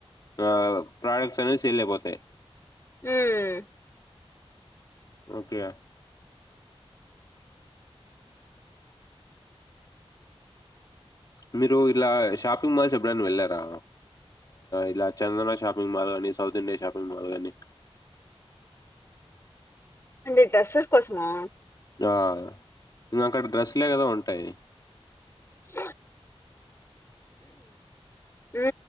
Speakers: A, on the left; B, on the left.
A: ఆ ప్రొడక్ట్స్ అనేవి సేల్ అయిపోతాయి.
B: ఉమ్
A: ఓకే యా మీరు ఇలా షాపింగ్ మాల్స్ ఎప్పుడైన వెళ్ళారా. ఇలా చందన షాపింగ్ మాల్ గానీ, సౌత్ ఇండియా షాపింగ్ మాల్ గానీ.
B: అంటే డ్రెస్సెస్ కోసమా
A: ఆ ఇంగా అక్కడ డ్రెస్లే గదా ఉంటాయి.
B: స ఊ